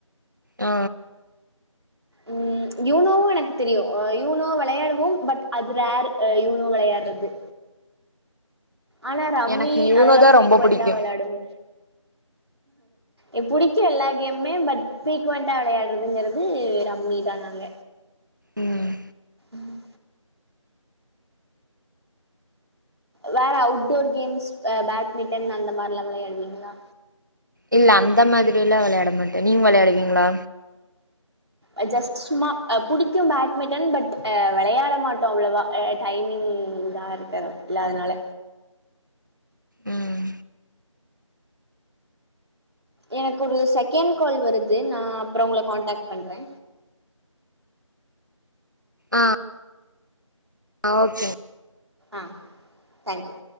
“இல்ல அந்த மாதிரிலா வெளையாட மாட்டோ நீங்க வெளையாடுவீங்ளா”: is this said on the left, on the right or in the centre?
Right